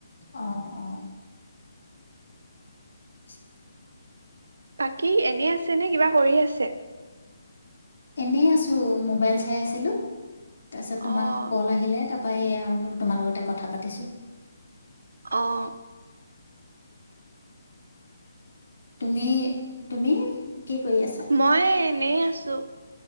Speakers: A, on the left (about 85°); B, on the right (about 65°).
A: আহ অ উ
B: বাকী এনে আছে নে কিবা কৰি আছে
A: এনেই আছো মোবাইল চাই আছিলো তাৰ পাছত তোমাৰ
B: অ',
A: কল আহিলে তাৰ পাইয়ে আৰু মোৰ তোমাৰ লগতে কথা পাতিছোঁ।
B: অঁ।
A: তুমি, তুমি কি কৰি আছা।
B: মই এনেই আছো।